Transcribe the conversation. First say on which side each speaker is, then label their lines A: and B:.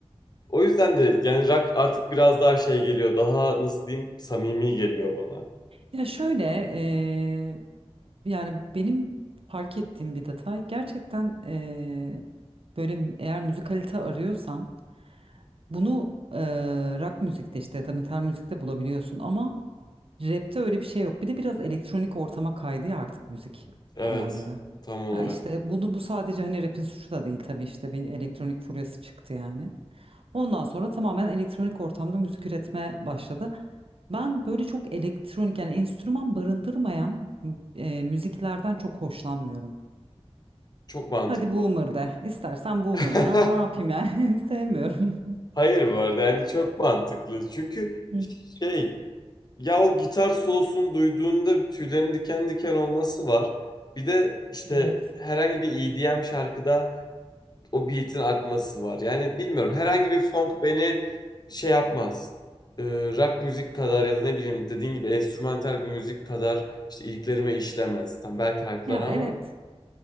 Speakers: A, on the left; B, on the right.
A: O yüzden de yani rock artık biraz daha şey geliyor. Daha nasıl diyeyim samimi geliyor bana.
B: Ya şöyle, eee, yani benim fark ettiğim bir detay gerçekten eee, böyle m- eğer müzikalite arıyorsan bunu eee rock müzikte işte ya da metal müzikte bulabiliyorsun ama rapte öyle bir şey yok. Bir de biraz elektronik ortama kaydı ya artık müzik
A: Evet
B: olayları.
A: tam olarak.
B: Ha işte bunu bu sadece hani rapin suçu da değil tabii işte bir elektronik furyası çıktı yani. Ondan sonra tamamen elektronik ortamda müzik üretmeye başladı. Ben böyle çok elektronik yani enstrüman barındırmayan e, müziklerden çok hoşlanmıyorum.
A: Çok mantıklı.
B: Hadi boomer de, istersen boomer
A: <laughs>
B: de ama ne yapayım yani <laughs> sevmiyorum.
A: Hayır bu arada yani çok mantıklı. Çünkü
B: Hı.
A: şey ya o gitar solosunu duyduğunda tüylerin diken diken olması var. Bir de işte
B: Evet.
A: herhangi bir EDM şarkıda o beat'in akması var. Yani bilmiyorum herhangi bir funk beni şey yapmaz. Ee, rock müzik kadar ya da ne bileyim dediğin gibi enstrümantal bir müzik kadar işte iliklerime işlemez. Tam belki hype'lar
B: Ya
A: ama.
B: evet.